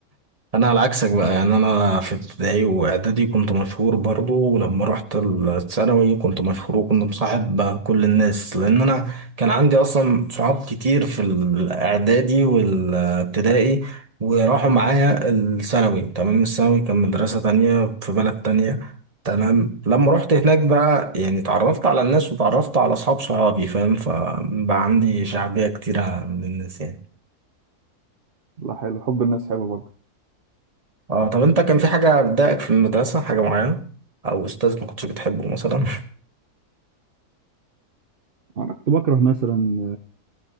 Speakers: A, on the right; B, on the right.
A: انا على عكسك بقى يعني انا في ابتدائي واعدادي كنت مشهور برضو ولما رحت الثانوي كنت مشهور وكنت مصاحب كل الناس لان انا كان عندي اصلا صحاب كتير في الاعدادي والابتدائي وراحوا معايا الثانوي تمام الثانوي كان مدرسة تانية في بلد تانية تمام لما رحت هناك بقى يعني اتعرفت على الناس وتعرفت على اصحاب صحابي فاهم فبقى عندي شعبية كتيرة من الناس يعني
B: لا حلو حب الناس حلو برضه
A: اه طب انت كان في حاجة بتضايقك في المدرسة حاجة معينة او استاذ ما كنتش بتحبه مثلا
B: انا كنت بكره مثلا